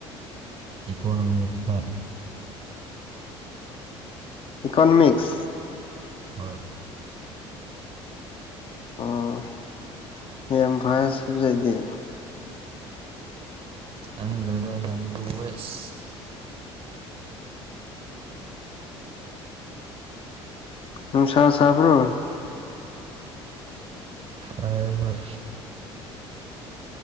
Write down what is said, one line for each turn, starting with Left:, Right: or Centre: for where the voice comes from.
Right: ꯏꯀꯣꯅꯣꯃꯤꯛꯁꯇ
Left: ꯏꯀꯣꯅꯃꯤꯛꯁ
Right: ꯍꯣꯏ
Left: ꯑꯣ ꯌꯥꯝ ꯐꯔ ꯁꯖꯩꯗꯤ
Right: ꯈꯪꯈ꯭ꯔꯒ ꯌꯥꯝ ꯨ ꯋꯦꯁ
Left: ꯅꯨꯡꯁ ꯁꯥꯕ꯭ꯔꯣ
Right: ꯑ ꯍꯣꯏ